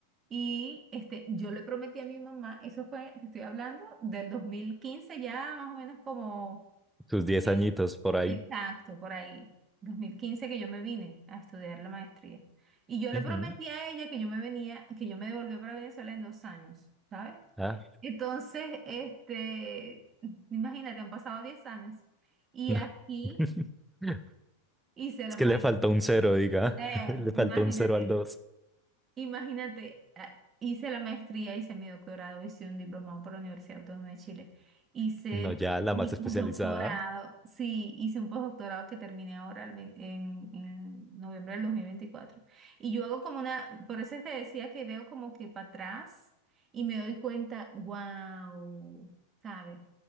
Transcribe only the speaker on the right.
y este, yo le prometí a mi mamá, eso fue, te estoy hablando, del 2015 ya más o menos como
eh,
exacto, por ahí, 2015 que yo me vine a estudiar la maestría. Y yo le
prometí a ella que yo me venía, que yo me devolvía para Venezuela en dos años, ¿sabes?
Entonces, este, imagínate, han pasado 10 años y
aquí
hice la
maestría.
Eh,
imagínate,
Imagínate, ah, hice la maestría, hice mi doctorado, hice un diplomado por la Universidad Autónoma de Chile, hice
mi
postdoctorado,
sí, hice un postdoctorado que terminé ahora el 20 en, en noviembre del 2024. Y yo hago como una, por eso te decía que veo como que para atrás y me doy cuenta, wow, ¿sabes?